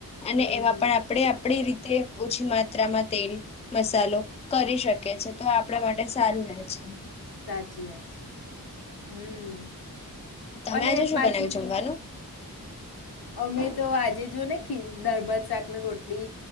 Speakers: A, on the left; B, on the left.
A: અને
B: હમ્મ.
A: એમાં પણ આપણે આપડી રીતે તે ઓછી માત્રામાં તેલ મસાલો કરી શકે છે તો આપણા માટે સારું રહે છે
B: સાચી વાત છે હમ્મ
A: તમે
B: અને
A: આજે શું
B: પાછું
A: બનાવ્યું જમવાનું
B: અમે તો આજે જો ને ખી દાદભાત શાકને રોટલી